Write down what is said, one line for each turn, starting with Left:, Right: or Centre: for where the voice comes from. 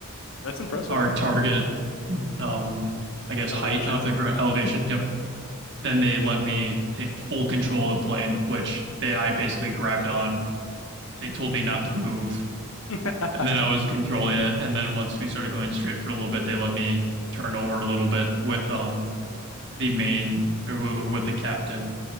Left: That's impressive.
Right: our target um I guess
Left: Elevation.
Right: height of the ground elevation, yep. Then they let me take full control of the plane, which they I basically grabbed on. They told me not to move
Left: <laughs>
Right: And then I was controlling it. And then once we started going straight for a little bit, they let me turn over a little bit with um the main or, w- or with the captain